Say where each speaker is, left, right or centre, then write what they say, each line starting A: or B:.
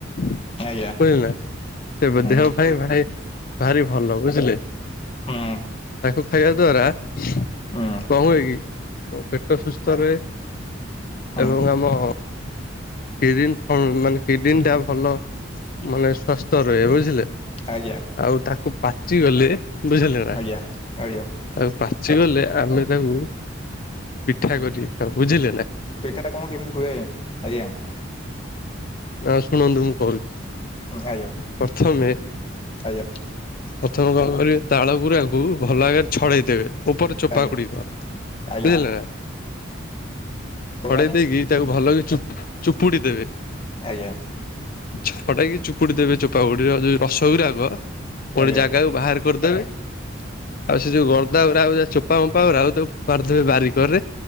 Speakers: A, on the left; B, on the left.
A: ବୁଝିଲେ
B: ଆଜ୍ଞା
A: ନା ସେ
B: ହୁଁ
A: ଦେହ ପାଇଁ ଭାରି ଭାରି ଭଲ ବୁଝିଲେ।
B: ହୁଁ
A: ତାକୁ ଖାଇବା ଦ୍ଵାରା କଣ
B: ହୁଁ
A: ହୁଏ କି ପେଟ ସୁସ୍ଥ ରୁହେ।
B: ହୁଁ
A: ଏବଂ ଆମ କିଡିନ୍ କଣ ମାନେ କିଡନୀ ଟା ଭଲ ମାନେ ସ୍ଵାସ୍ଥ୍ୟ ରୁହେ ବୁଝିଲେ।
B: ଆଜ୍ଞା।
A: ଆଉ ତାକୁ ପାଚିଗଲେ ବୁଝିଲେ ନା
B: ଆଜ୍ଞା ଆଜ୍ଞା
A: ତାକୁ ପାଚି ଗଲେ ଆମେ ତାକୁ ପିଠା କରିକି ଖାଉ ବୁଝିଲେ ନା।
B: ପିଠା ଟା କଣ କେମିତି ହୁଏ ଆଜ୍ଞା ଆଜ୍ଞା।
A: ନା ଶୁଣନ୍ତୁ ମୁଁ କହୁଛି।
B: ହଁ
A: ପ୍ରଥମେ
B: <unintelligible> ଆଜ୍ଞା।
A: ପ୍ରଥମେ କଣ କରିବେ ତାଳ ଗୁୁରାକୁ ଭଲ ଭାବରେ ଛଡେଇ ଦେବେ। ଉପର ଚୋପା
B: ଆଜ୍ଞା
A: ଗୁଡିକ
B: ଆଜ୍ଞା
A: ବୁଝିଲେ ନା।
B: କହୁନାହାନ୍ତି
A: ଛଡେଇ ଦେଇକି ତାକୁ ଭଲକି ଚୁପ୍। ଚୁପୁଡ଼ି ଦେବେ।
B: ଆଜ୍ଞା।
A: ଛପଟାକି ଚୁପୁଡି ଦେବେ ଚୋପାଗୁଡିର ଯୋଉ ରସ ଗୁରାକ। ଗୋଟେ
B: ଆଜ୍ଞା
A: ଜାଗାକୁ ବାହାର। କରିଦେବେ ଆଉ ସେ ଯୋଉ <unintelligible> ଯ ଚୋପା ଫୋପା ଗୁରା ଫୋପାଡି ଦେବେ ବାରି କରରେ।